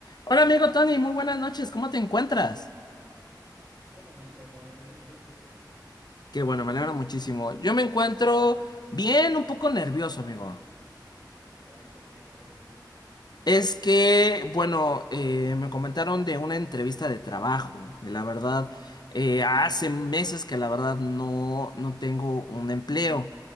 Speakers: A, on the left; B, on the right.
A: Hola amigo Tony, muy buenas noches, ¿cómo te encuentras?
B: ¿Qué onda, amiguito Juan? ¿Bien y tú?
A: Qué bueno, me alegra muchísimo. Yo me encuentro bien, un poco nervioso, amigo.
B: Ah, caray, ¿por qué? A ver, dime, dime.
A: Es que, bueno, eh, me comentaron de una entrevista de trabajo y la verdad, eh, hace meses que la verdad no, no tengo un empleo.